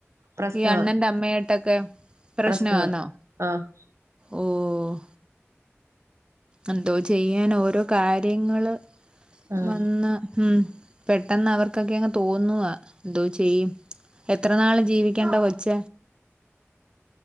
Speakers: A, on the right; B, on the right.
A: പ്രശ്നവാ
B: ഈ അണ്ണന്റെ അമ്മയിട്ടൊക്കെ പ്രശ്നആന്നോ
A: പ്രശ്നവാ ആഹ്
B: ഓ ഒ എന്തോ ചെയ്യാനാ ഓരോ കാര്യങ്ങള്
A: ആഹ്
B: വന്ന് ഉം പെട്ടെന്ന് അവർക്കൊക്കെ അങ്ങ് തോന്നുവാ എന്തോ ചെയ്യും എത്ര നാള് ജീവിക്കണ്ട കൊച്ച